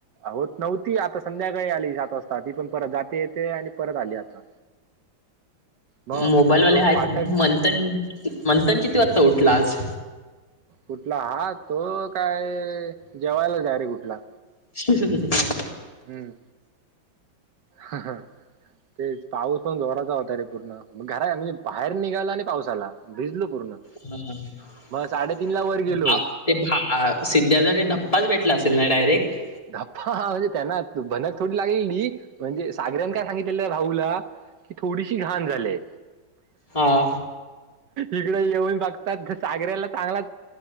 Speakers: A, on the right; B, on the left.
A: होत नव्हती, आता संध्याकाळी आली सात वाजता, ती पण परत जाते येते, आणि परत आली आता. मग
B: मोबाईलवाले
A: तो
B: आहेत
A: फाटक
B: ना मंथन, मंथन किती वाजता उठला आज.
A: ऊठला हा तो काय जेवायलाच डायरेक्ट ऊठला.
B: <unintelligible>
A: हूं! हं हं ते पाऊस पण जोराचा होता रे पूर्ण घरा म्हणजे बाहेर निघाला आणि पाऊस आला पावसाला भिजलो पूर्ण
B: ह
A: मग साडेतीन ला वर गेलो
B: भा ते भा सिद्धार्थनी धप्पाच भेटला अस तिना डारेक्ट
A: धप्पा हा म्हणजे त्यांना भनक थोडी लागलेली म्हणजे सागरन काय सांगितलेलं भाहूला कि थोडीशी घाण झालेय
B: हा
A: इकडे येऊन बघ सागऱ्याला चांगला